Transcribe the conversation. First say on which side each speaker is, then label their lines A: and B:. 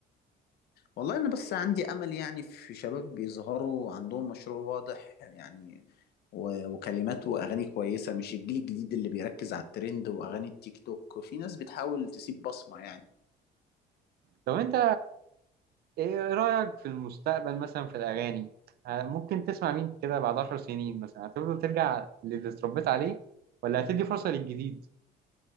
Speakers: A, on the left; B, on the right.
A: والله انا بس عندي امل يعني في شباب بيظهروا عندهم مشروع واضح يعني و- وكلمات واغاني كويسه مش الجيل الجديد اللي بيركز على الترند واغاني التيك توك في ناس بتحاول تسيب بصمه يعني
B: طب أنت إيه إيه رأيك في المستقبل مثلا في الأغاني؟ آه، ممكن تسمع مين كده بعد عشر سنين مثلا هتفضل ترجع للي اتربيت عليه ولا هتدي فرصة للجديد؟